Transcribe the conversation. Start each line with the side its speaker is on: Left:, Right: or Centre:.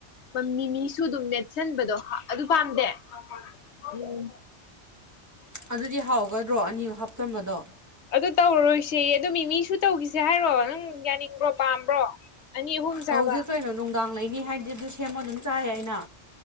Left: ꯃꯤ ꯃꯤꯁꯨ ꯑꯗꯨꯝ ꯃꯦꯠꯁꯤꯟꯕꯗꯣ ꯑꯗꯨ ꯄꯥꯝꯗꯦ ꯌꯗꯕꯅ
Right: ꯑꯗꯨꯗꯤ ꯍꯥꯎꯒꯗ꯭ꯔꯣ ꯑꯅꯤꯃꯨꯛ ꯍꯥꯞꯆꯤꯟꯕꯗꯣ
Left: ꯑꯗꯨ ꯇꯧꯔꯔꯣꯏꯁꯦ ꯑꯗꯨ ꯃꯤ ꯃꯤꯁꯨ ꯇꯧꯈꯤꯁꯦ ꯍꯥꯏꯔꯣ ꯅꯪ ꯌꯥꯅꯤꯡꯕ꯭ꯔꯣ ꯄꯥꯝꯕ꯭ꯔꯣ ꯑꯅꯤ ꯑꯍꯨꯝ ꯆꯥꯕ
Right: ꯆꯧꯁꯦ ꯀꯩꯅꯣ ꯅꯨꯡꯗꯥꯡ ꯂꯩꯅꯤ ꯍꯥꯏꯗꯤ ꯑꯗꯨ ꯁꯦꯝꯃꯣ ꯑꯗꯨꯝ ꯆꯥꯏꯑ ꯑꯩꯅ